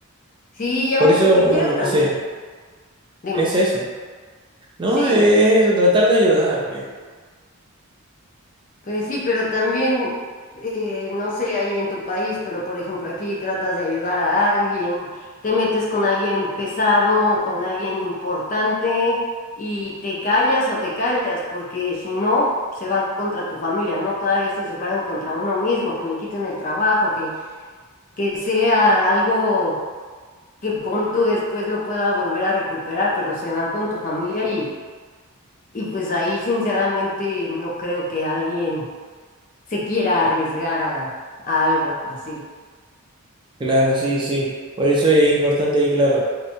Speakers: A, on the left; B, on the right.
A: Sí, y aunque
B: Por eso, bueno,
A: quieras
B: no
A: también,
B: sé,
A: dime,
B: es eso. No,
A: sí.
B: es eso, tratar de ayudar.
A: Pues sí, pero también, eh, no sé, ahí en tu país, pero por ejemplo aquí tratas de ayudar a alguien, te metes con alguien pesado, con alguien importante y te callas o te callas, porque si no, se van contra tu familia, ¿no? Todavía si se fueran contra uno mismo, que me quiten el trabajo, que, que sea algo que pon tú después lo pueda volver a recuperar, pero se van con tu familia y, y pues ahí sinceramente no creo que alguien se quiera arriesgar a, a algo así.
B: Claro, sí, sí. Por eso es importante ahí, claro,